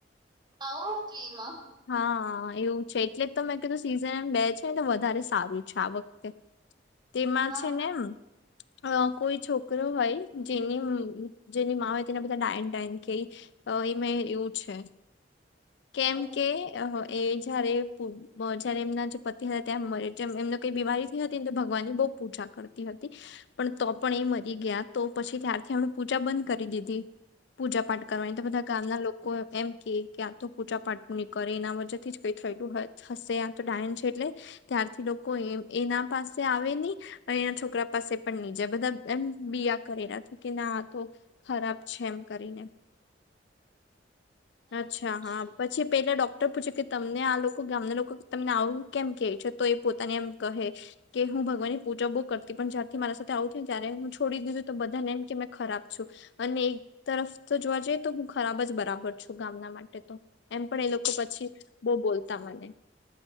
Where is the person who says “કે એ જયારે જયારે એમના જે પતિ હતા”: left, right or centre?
Left